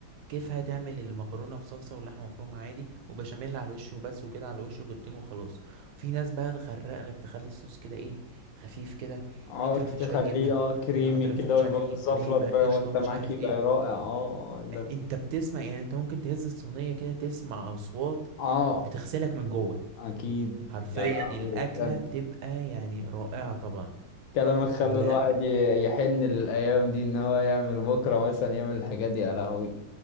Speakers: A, on the right; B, on the left.
A: كيفها تعمل المكرونه بصلصه واللحمه مفرومه عادي وبشاميل على الوش وبس وكده على الوش وبالتون وخلاص في ناس بقى تغرق لك تخلي الصوص كده ايه خفيف كده
B: اه
A: يحط
B: آه، تخليه
A: لك فيه شويه جبنه
B: اه كريمي
A: يحط لك
B: كده
A: فيه مش
B: ويبقى
A: عارف ايه
B: مزفلط
A: كريمه
B: بقى
A: قشطه
B: وانت
A: مش
B: معاك
A: عارف
B: يبقى
A: ايه
B: رائع اه اه لا-
A: انت بتسمع يعني انت ممكن تهز الصينيه كده تسمع اصوات
B: اه
A: بتغسلك من جوه
B: اكيد
A: حرفيا
B: يا لهوي
A: الاكله
B: أنت-
A: بتبقى يعني رائعه طبعا
B: كلامك خلى
A: ولا
B: الواحد ي- يحن للايام دي ان هو يعمل بكره مثلا يعمل الحاجات دي يا لهوي